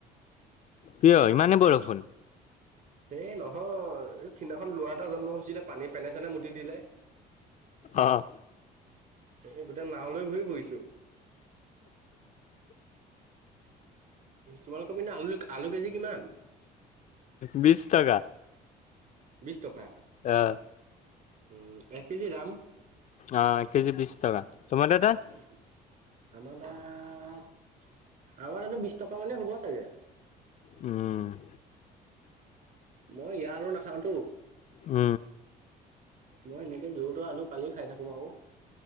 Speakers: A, on the left; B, on the right.
A: কিয় ইমানে বৰষুণ।
B: এ নহয় এই হিদিনাখন লোৱা এটা জন্ম হৈছিলে পানী পেনে চেনে মুতি দিলে।
A: অহ।
B: অ গোতেই নাৱ লৈ ঘূৰি ফুৰিছো তোমালোকৰ পিনে আলু আলু কেজি কিমান?
A: বিছ টকা।
B: বিছ টকা
A: অহ
B: উম এক কেজি দাম
A: অ কেজি বিছ টকা তোমালোকৰ তাত
B: উ আমাৰ তাত আমাৰ তাতো বিশ টকা মানে হ'ব চাগে।
A: উম
B: মই ইয়া আলু নাখাওতো
A: উ
B: মই এনেকে যোৰ ত আলু পালি খাই থাকোম আৰু